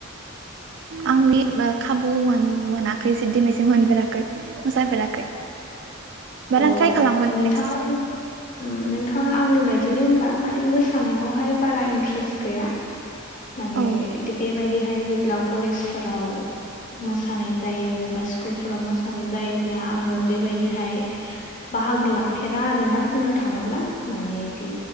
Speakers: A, on the right; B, on the left.
A: आंनि खाबु मोन मोनाखै दिनैसिम मोनफेराखै मोसाफेराखै बाट
B: अ
A: आं ट्राइ खालामगोन
B: नोंथां
A: नेक्स्ट
B: नोंथाङा आंनि बायदिनो होनबा माने मोसानायावहाय बारा इन्ट्रेस्ट गैया माने
A: औ
B: बेबायदिहाय जेब्ला कलेजफोराव मोसानाय जायो बा स्कुलफोराव मोसानाय जायोब्ला आङो बेबायदिहाय बाहागो लाफेरा आरोना बुंनो थाङोब्ला माने बिदि